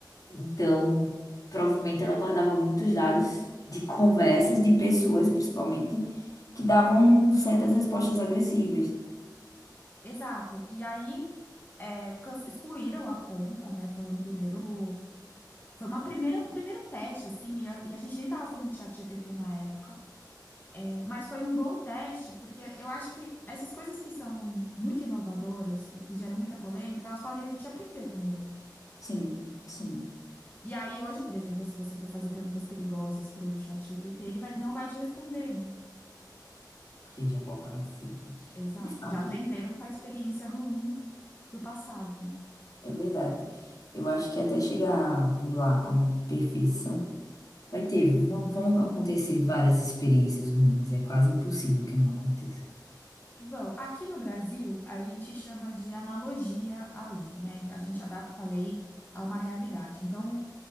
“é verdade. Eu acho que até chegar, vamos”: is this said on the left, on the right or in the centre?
Left